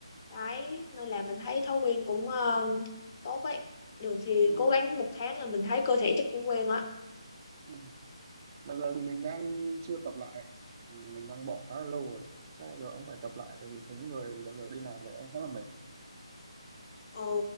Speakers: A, on the left (about 30°); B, on the right (about 25°).
A: đấy nên là mình thấy thói quen cũng ờ, tốt ấy được thì
B: Ừ.
A: cố gắng một tháng là mình thấy cơ thể chắc cũng quen á
B: ừ. Bây giờ thì mình đang chưa tập lại, mình đang bỏ khá là lâu rồi. Chắc giờ ông phải tập lại tại vì thấy người dạo giờ đi làm vậy ông khá là mệt.
A: ừ,